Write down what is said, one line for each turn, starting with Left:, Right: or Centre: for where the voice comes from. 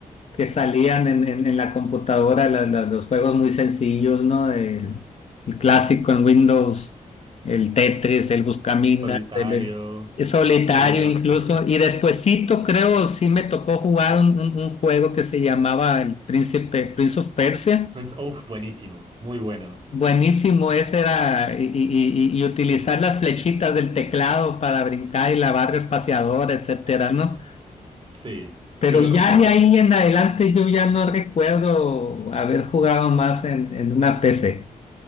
Left: que salían en, en- en la computadora la- la- los juegos muy sencillos, ¿no? El, el clásico en Windows, el Tetris, el Buscaminas,
Right: Solitario.
Left: el, el solitario
Right: Sí, los
Left: incluso.
Right: recuerdo.
Left: Y despuesito creo sí me tocó jugar un, un- un juego que se llamaba el Príncipe, Prince of Persia
Right: Pues, uff, buenísimo. Muy bueno.
Left: Buenísimo, ese era, y, y- y- y utilizar las flechitas del teclado para brincar y la barra espaciadora, etcétera, ¿no?
Right: Sí, sí
Left: Pero
Right: lo
Left: ya
Right: recuerdo.
Left: de ahí en adelante yo ya no recuerdo haber jugado más en, en una PC.